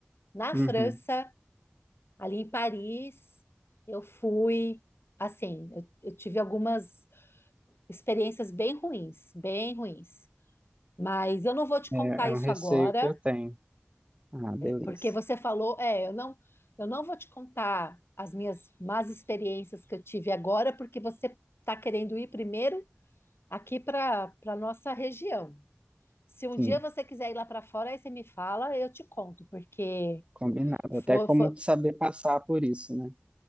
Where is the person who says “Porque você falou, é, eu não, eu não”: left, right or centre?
Left